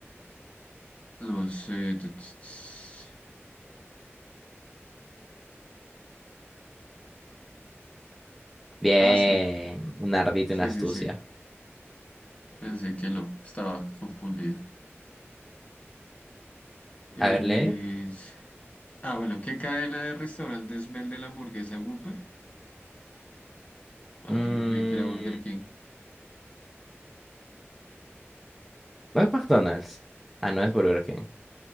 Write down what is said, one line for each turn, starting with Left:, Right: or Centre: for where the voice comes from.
Left: Los... eh, tu- ts- ts-
Centre: Bien.
Left: ah, sí.
Centre: Un ardito,
Left: Sí,
Centre: una astucia.
Left: sí, sí. Pensé que no. Estaba confundida. Es-
Centre: A ver, lee.
Left: Ah, bueno. ¿Qué cadena de restaurantes vende la hamburguesa Whopper? Ah,
Centre: Mm,
Left: yo creí que era Burger King.
Centre: no es McDonald's. Ah, no es Burger King.